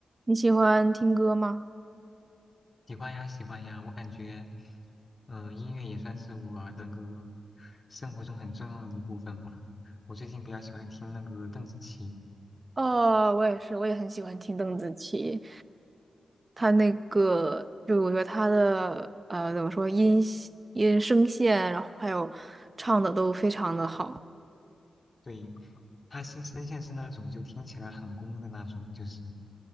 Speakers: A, on the right; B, on the left.
A: 你喜欢听歌吗？
B: 喜欢呀，喜欢呀，我感觉，嗯、音乐也算是我那个生活中很重要的一部分吧。我最近比较喜欢听那个邓紫棋，
A: 哦，我也是，我也很喜欢听邓紫棋。她那个，就我觉得她的呃，怎么说，音系音声线，然后还有唱的都非常的好
B: 对，她新声线是那种就听起来很攻的那种，就是，